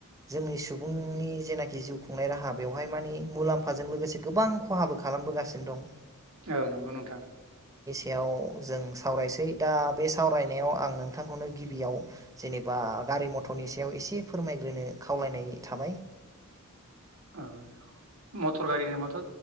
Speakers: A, on the right; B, on the right.
A: जोंनि सुबुंनि जेनाखि जिउ खुंनाय राहा बेवहाय मानि मुलाम्फाजों लोगोसे गोबां खहाबो खालामो बोगासिनो दं।
B: औ नंगौ नोंथां
A: याव जों सावरायसै। दा बे सावरायनायाव आं नोंथांखौनो गिबियाव जेनेबा गारि मथरनि सायाव एसे फोरमाय -नो खावलायनाय थाबाय
B: औ। मटर गारि होनोबाथ'